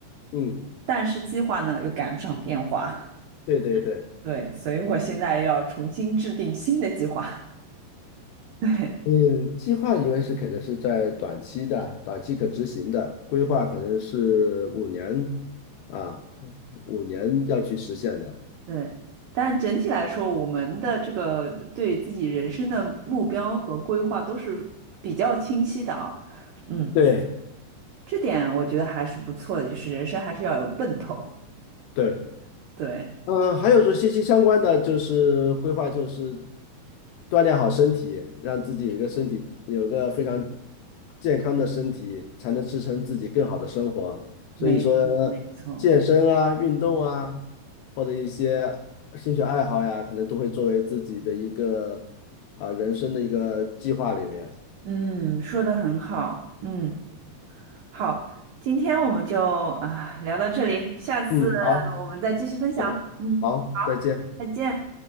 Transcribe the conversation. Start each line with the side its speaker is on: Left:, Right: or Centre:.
Left: 嗯，
Right: 但是计划呢又赶不上变化，
Left: 对对对。
Right: <laughs> 对，所以我现在要重新制定新的计划，<laughs> 对
Left: 嗯，计划因为是肯定是在短期的、短期可执行的，规划可能是五年啊，五年要去实现的。
Right: 对。但整体来说，我们的这个对自己人生的目标和规划都是比较清晰的啊，嗯，
Left: 对，
Right: 这点我觉得还是不错的，就是人生还是要有奔头，
Left: 对，
Right: <laughs> 对。
Left: 嗯，还有说息息相关的就是规划，就是锻炼好身体，让自己有一个身体有个非常健康的身体，才能支撑自己更好的生活。所以说，
Right: 没错，没错，
Left: 健身啊、运动啊，或者一些兴趣爱好呀，可能都会作为自己的一个啊、人生的一个计划里面。
Right: 嗯，说的很好，嗯，好，今天我们就啊聊到这里，下次
Left: 嗯，好，
Right: 我们再继续分享，
Left: 再见，
Right: 嗯，
Left: 好，
Right: 好，
Left: 再见。
Right: 再见。